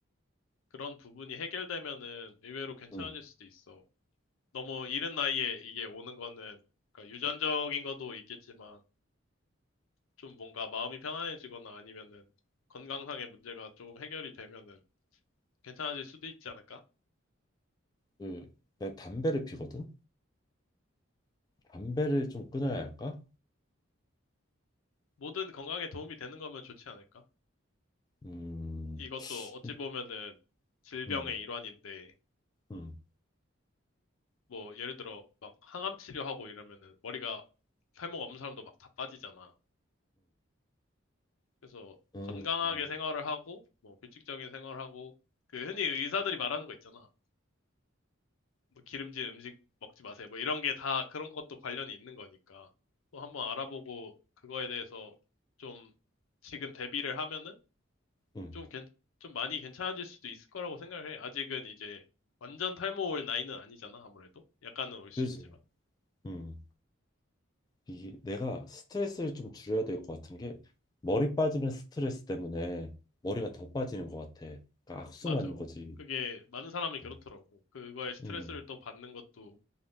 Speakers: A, on the left; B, on the left.
A: 그런 부분이 해결되면은 의외로 괜찮아질
B: 응,
A: 수도 있어. 너무 이른 나이에 이게 오는 거는 그러니까 유전적인
B: 응.
A: 것도 있겠지만 좀 뭔가 마음이 편안해지거나 아니면은 건강상의 문제가 조금 해결이 되면은 괜찮아질 수도 있지 않을까?
B: 그 내가 담배를 피거든. 담배를 좀 끊어야 할까?
A: 모든 건강에 도움이 되는 거면 좋지 않을까?
B: 음.
A: 이것도 어찌
B: 음.
A: 보면은 질병의
B: 음.
A: 일환인데
B: 음.
A: 뭐 예를 들어 막 항암 치료하고 이러면은 머리가 살모가 없는 사람도 막 다 빠지잖아. 그래서
B: 음.
A: 건강하게
B: 음.
A: 생활을 하고, 뭐 규칙적인 생활하고, 그 흔히 의사들이 말하는 거 있잖아. 뭐 기름진 음식 먹지 마세요. 뭐 이런 게 다 그런 것도 관련이 있는 거니까. 또 한번 알아보고 그거에 대해서 좀 지금 대비를 하면은
B: 응,
A: 좀 괜, 좀 많이 괜찮아질 수도 있을 거라고 생각을 해. 아직은 이제 완전 탈모 올 나이는 아니잖아, 아무래도. 약간은 올 수
B: 그지.
A: 있지만.
B: 음, 이 내가 스트레스를 좀 줄여야 될 것 같은 게 머리 빠지는 스트레스 때문에 머리가 더 빠지는 것 같아. 그러니까 악순환인
A: 맞아.
B: 거지.
A: 그게 많은 사람이 그렇더라고.
B: 응,
A: 그거에 스트레스를
B: 응,
A: 또 받는 것도